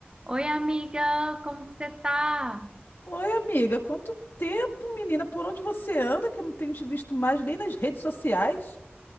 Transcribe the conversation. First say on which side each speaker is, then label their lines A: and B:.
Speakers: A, on the right; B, on the left.
A: Oi, amiga, como que você tá?
B: Oi, amiga, quanto tempo, menina? Por onde você anda que eu não tenho te visto mais nem nas redes sociais?